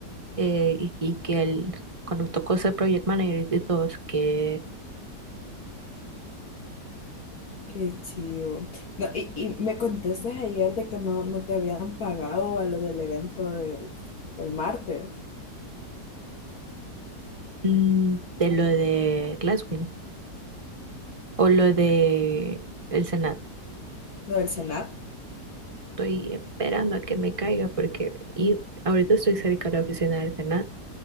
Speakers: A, on the right; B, on the left.
A: eh, y, y que él, cuando tocó ser project manager de todos, que
B: Qué chido. No, y, y me contaste ayer de que no, no te habían pagado a lo del evento del, del martes,
A: mm, de lo de Glasswing o lo de el Senado.
B: lo del Senat.
A: Estoy esperando a que me caiga porque y ahorita estoy cerca de la oficina del Senado